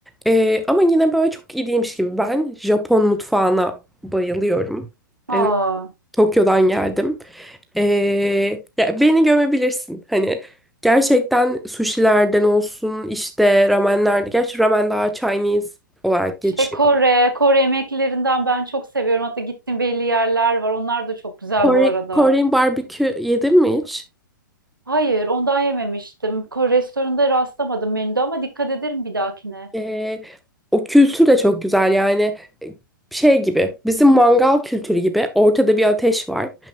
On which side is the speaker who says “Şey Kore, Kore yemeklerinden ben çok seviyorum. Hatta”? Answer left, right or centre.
Right